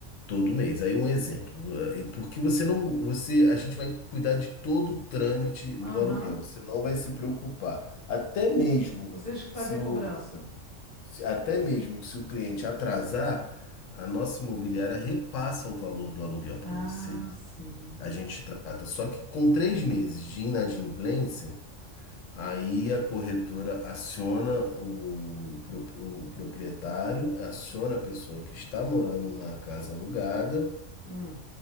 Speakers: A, on the left (about 90°); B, on the left (about 35°).
A: todo mês. Aí um exemplo, eh, e porque você não, você, a gente vai cuidar de todo o trâmite
B: Aham.
A: do aluguel. Você não vai se preocupar. Até mesmo
B: Vocês que fazem
A: se
B: a
A: o,
B: cobrança.
A: se- até mesmo que se o cliente atrasar, a nossa imobiliária repassa o valor do aluguel para
B: Ah,
A: você.
B: sim.
A: A gente trata. Só que com três meses de inadimplência, aí a corretora aciona o, pro- o proprietário, aciona a pessoa que está morando na casa alugada.
B: Hum.